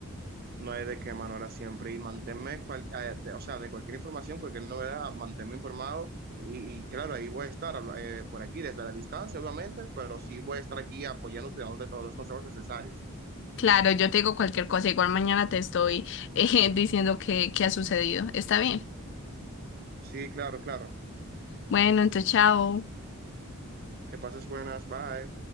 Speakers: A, on the right; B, on the left.
A: No hay de qué, Manuela, siempre. Y manténme, cual- eh, de- o sea, de cualquier información, cualquier novedad, manténme informado. Y, y claro, ahí voy a estar eh, por aquí desde la distancia, obviamente, pero sí voy a estar aquí apoyándote, dándote todos los consejos necesarios.
B: Claro, yo te digo cualquier cosa, igual mañana te estoy eh, <laughs> diciendo qué qué ha sucedido. Está bien.
A: Sí, claro, claro.
B: Bueno, entonces chao.
A: Que pases buenas, bye.